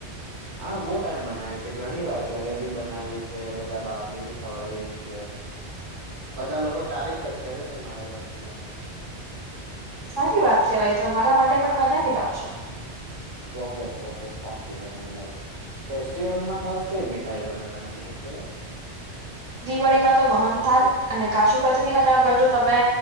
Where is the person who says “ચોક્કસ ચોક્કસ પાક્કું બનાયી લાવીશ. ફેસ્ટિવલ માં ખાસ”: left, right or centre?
Right